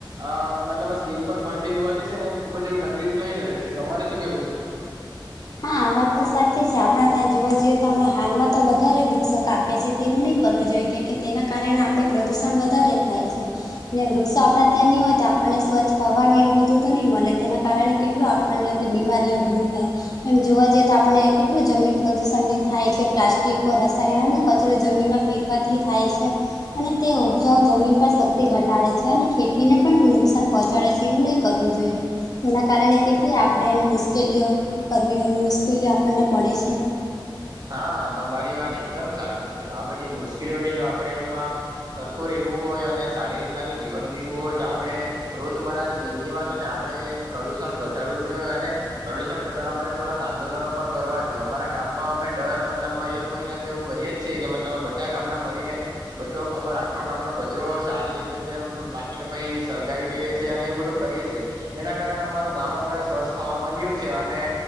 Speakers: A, on the right; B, on the left.
A: આ મતલબ સ્કીન પર પડતી હોવાથી છે ને ખુબ જ એવી તકલીફ થઈ ર છે તમારે શું કેવું છે
B: હા વાત તો સાચી છે આપણા ત્યાં જોવા જઈએ તોણા હાલમાં તો વધારે વૃક્ષો કપ કે છે તેવું નહી કરવું જોઈએ કે કે તેના કારણે આપડણે પ્રદુષણ વધારે થાય છે ને વૃક્ષો આપણા ત્યાં નહી હોય તો આપણને સ્વચ્છ હવા ને એવું બધું તો નહી મળે તેના કારણે કેટલું પણને એટલે બીમારીઓ બધું થાય એમ જોવા જઈએ તો આપણે કેટલું જમીન પ્રદૂષણ થાય છે પ્લાસ્ટિક રસાયણ અને કચરો જમીન ફે પતિ થાય છે અને તે ઉપજાઓ જમીન પર શક્તિ ઘટાડે છે અને ખેતી ને પણ નુકસાન પહોચાડે છે એવું નને કરવું જોઈએ તેના કારણે કેટલી આપણે એને મુશ્કેલીઓ કરવી મુશ્કેલીઓ આપણને પડે છે
A: હા તમારી વાત એકદમ સાચી છે આ બધી મુશકેલીઓ આપડે એમાં સરખું રહેવું હોય અને સારી રીતના જો જીવન જીવું હોય તો આપણે રોજમરાની જિંદગીમાં છે ને આપણે પ્રદુષણ ઘટાડવું જોઈએ અને પ્રદૂષણ ઘટાડવા માટે થોડાક આંદોલનો પણ કરવા જોઈએ અમારા ગામમાં અમે ડર મતલબમાં એક મહિના તો એવું કરીએ જ છએ કે મતલબ આ બધા ગામના મળીને બધો અમાર આખો ગામ ન કચરો સારી જગ્યા એમ લખીને પછી સળગાવી દઈએ છ છે અને એ બધું કરીએ છીએ એના કારણે અમારું ગામ અમ સ્વચથ થવા માંડ્યું છે અને